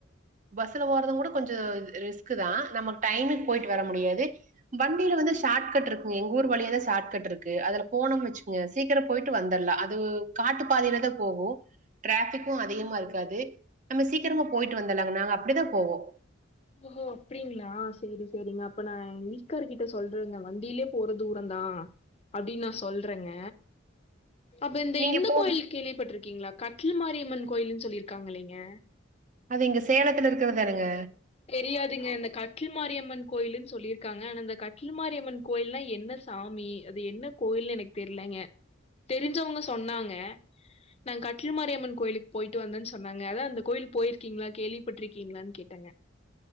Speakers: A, on the right; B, on the left.
A: பஸ்ல போறதும் கூட கொஞ்சோ ரிஸ்கு தா நமக்கு டைம்முக்கு போயிட்டு வர முடியாது வண்டியில வந்து ஷார்ட கட் இருக்குங்க எங்க ஊரு வழியதா ஷார்ட கட் இருக்கு அதுல போனேன்னு வச்சிகிங்க சீக்கிரோ போயிட்டு வந்துடலா அது காட்டு பாதையிலதா போகு டிராபிக்கு அதிகமா இருக்காது நம்ம சீக்கிரமா போயிட்டு வந்தலாங்க நாங்க அப்டிதா போவோ
B: ஓஹோ அப்டிங்ளா செரி செரிங்க அப்ப நா வீட்டுக்காரர் கிட்ட சொல்றேங்க வண்டியிலயே போற தூர தா அப்டின்னு நா சொல்றேங்க அப்ப இந்த
A: நீங்க
B: இந்த
A: போ
B: கோயிலு கேள்விப்பட்டிருக்கீங்ளா கட்டில் மாரியம்மன் கோயில் சொல்லியிருக்காங்க இல்லங்க
A: அது இங்க சேலத்துல இருக்கறதானுங்க
B: தெரியாதுங்க அந்த கட்டில் மாரியம்மன் கோயில்னு சொல்லிருக்காங்க ஆனா அந்த கட்டில் மாரியம்மன் கோயில்னா என்ன சாமி அது என்ன கோயில் எனக்கு தெரியலங்க தெரிஞ்சவங்க சொன்னாங்க நா கட்டில் மாரியம்மன் கோயிலுக்கு போயிட்டு வந்தன் சொன்னாங்க அதா அந்த கோயில் போயிருக்கீங்ளா கேள்விப்பட்டிருக்கீங்ளான்னு கேட்டேங்க